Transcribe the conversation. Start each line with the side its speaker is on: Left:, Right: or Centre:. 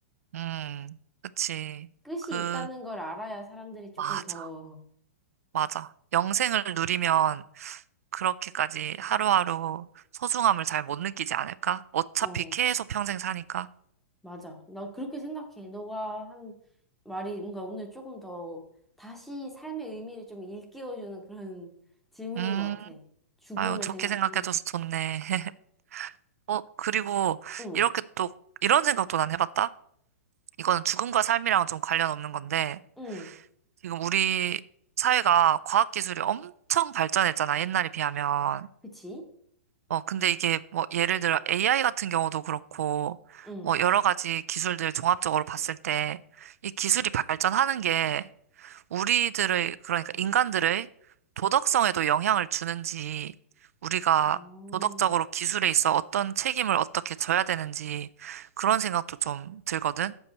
Right: 음, 그치.
Centre: 끝이
Right: 그,
Centre: 있다는 걸 알아야 사람들이 조금
Right: 맞아,
Centre: 더,
Right: 맞아. 영생을 누리면 그렇게까지 하루하루 소중함을 잘 못 느끼지 않을까? 어차피
Centre: 어,
Right: 계속 평생 사니까.
Centre: 맞아. 나 그렇게 생각해. 너가 한 말이 뭔가 오늘 조금 더 다시 삶의 의미를 좀 일깨워주는 그런 <laughs> 질문인
Right: 음,
Centre: 것 같아. 죽음을
Right: 아유, 좋게
Centre: 생각하면.
Right: 생각해줘서 좋네. <laughs> 어, 그리고
Centre: 응,
Right: 이렇게 또, 이런 생각도 난 해봤다? 이거는 죽음과 삶이랑은 좀 관련 없는 건데,
Centre: 응,
Right: 지금 우리 사회가 과학기술이 엄청 발전했잖아, 옛날에 비하면.
Centre: 그치?
Right: 어, 근데 이게 뭐, 예를 들어 AI 같은 경우도 그렇고,
Centre: 응.
Right: 뭐, 여러 가지 기술들 종합적으로 봤을 때, 이 기술이 발전하는 게 우리들의, 그러니까 인간들의 도덕성에도 영향을 주는지, 우리가
Centre: 어,
Right: 도덕적으로 기술에 있어 어떤 책임을 어떻게 져야 되는지, 그런 생각도 좀 들거든?